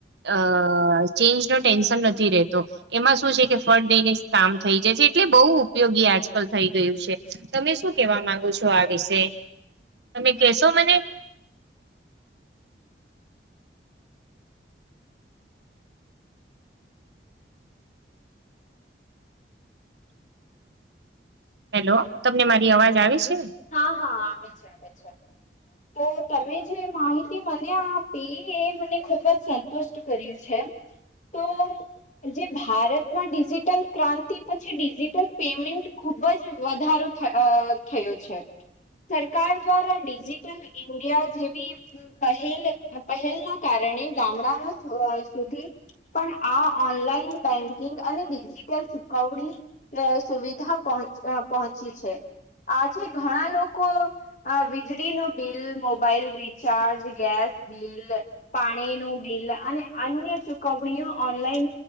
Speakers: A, on the right; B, on the left.
A: અ ચેન્જ નો ટેન્શન નથી રતો એમાં શું છે કે ફળ દઈને કામ થઈ જાય છે. એટલે બહુ ઉપયોગી આજકાલ થઈ ગયું છે તમે શું કેવા માંગો છો આ વિશે તમે કેશો મને હેલો તમને મારી અવાજ આવે છે.
B: હા હા આવે છે આવે છે. તો તમે જે માહિતી મને આપી એ મને ખુબ જ સંતુષ્ટ કરી છે. તો જે ભારતમાં ડિજિટલ ક્રાંતિ પછી ડિજિટલ પેમેન્ટ ખુબ જ વધારો લખેલું છે. સરકાર દ્વારા ડિજિટલ ઇન્ડિયા જેવી પહેલ પહેલ ના કારણે હે ગામડા ના થોડા વર્ષ સુધી પણ આ ઓનલાઈન બેંકિંગ અને ડિજીિટલ ચુકવણી સુવિધા પણ પ પહોંચી છે, આ છે. ઘણા લોકો આ વીજળી ન bill mobile recharge gas bill પાણી બિલ અને અન્ય ચુકવણીઓ ઓનલાઇન